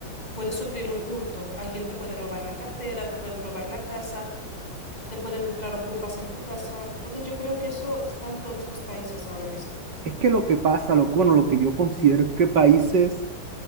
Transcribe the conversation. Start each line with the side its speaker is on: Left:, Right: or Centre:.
Left: puedes sufrir un hurto. Alguien te puede robar la cartera, te pueden robar la casa, te pueden entrar ocupas en tu casa. Entonces yo creo que eso está en todos los países ahora mismo.
Right: Es que lo que pasa, lo, bueno, lo que yo considero es que países